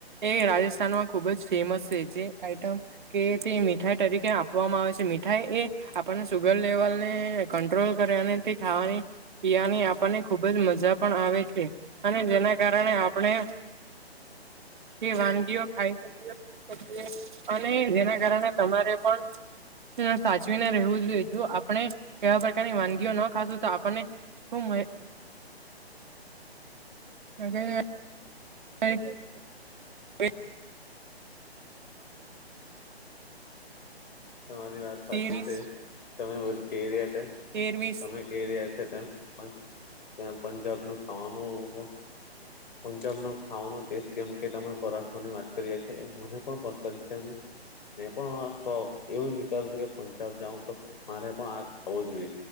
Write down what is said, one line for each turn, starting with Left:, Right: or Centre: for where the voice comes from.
Right: એ રાજસ્થાનમાં ખુબ જ ફેમસ છે જે આઈટમ કે તે મીઠાઈ તરીકે આપવામાં આવે છે મીઠાઈ એ આપણને સુગર લેવલ ને કંટ્રોલ કરે અને તે ખાવાની પીવાની આપને ખુબ જ મજા પણ આવે છે. અને જેના કારણે આપણે જે વાનગીઓ ખાઈ શકીએ અને જેના કારણે તમારે પણ સાચવીને રહેવું જોઈએ જો આપણે કેવા પ્રકારની વાનગીઓ ન ખાશું તો આપણને ખૂબ અ <unintelligible> થ <unintelligible>
Left: તમારી વાત સાચી
Right: તેવીસ
Left: છે તમે બધું ક રહ્યા હતા
Right: તેરવીસ
Left: તમે ક રહ્યા છે તેમ ત પંજાબ ન ખાવાનું પંજાબનો ખાવાનો ટેસ્ટ જેમ કે તમે પરાઠાની વાત કરી મને પણ પસંદ છે. જે <unintelligible> એવું જ વિચારવું જોઈએ પંચાબ જાવું તો મારે પણ આ ખાવું જોઈએ